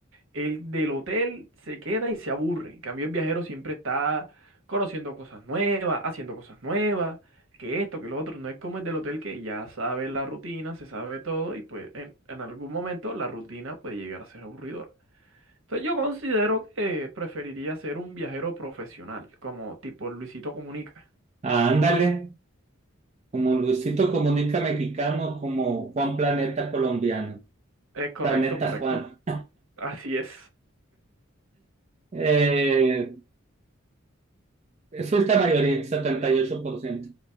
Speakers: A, on the right; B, on the right.
A: el del hotel se queda y se aburre. En cambio, el viajero siempre está conociendo cosas nuevas, haciendo cosas nuevas, que esto, que lo otro. No es como el del hotel que ya sabe la rutina, se sabe todo y pues en, en algún momento la rutina puede llegar a ser aburridora. Entonces yo considero que preferiría ser un viajero profesional, como tipo Luisito Comunica.
B: Ah, ándale, como Luisito Comunica mexicano, como Juan Planeta colombiano,
A: Es correcto,
B: Planeta
A: correcto.
B: Juan.
A: <laughs> Así es.
B: Eh, sí, es la mayoría, 78%.